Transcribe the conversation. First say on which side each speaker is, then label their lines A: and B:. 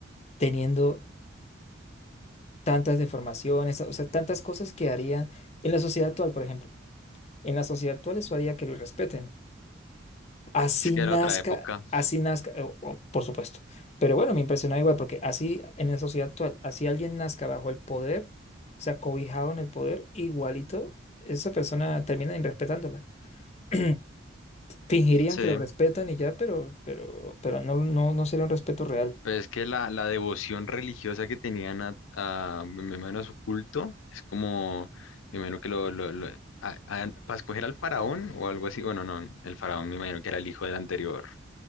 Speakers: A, on the left (about 35°); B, on the left (about 90°).
A: teniendo tantas deformaciones, o sea, tantas cosas que haría en la sociedad actual, por ejemplo. En la sociedad actual eso haría que lo respeten. Así
B: Es que
A: nazca,
B: era otra época.
A: así nazca, o- o, por supuesto. Pero bueno, me impresionaba igual, porque así en la sociedad actual, así alguien nazca bajo el poder, o sea, cobijado en el poder, igualito, esa persona termina irrespetándola. <clears throat> Fingirían
B: Sí.
A: que lo respetan y ya, pero, pero, pero no, no, no sería un respeto real.
B: Pues es que la, la devoción religiosa que tenían a, a, me imagino a su culto es como, me imagino que lo, lo, lo- a- a- para escoger al faraón o algo así, bueno, no, el faraón me imagino que era el hijo del anterior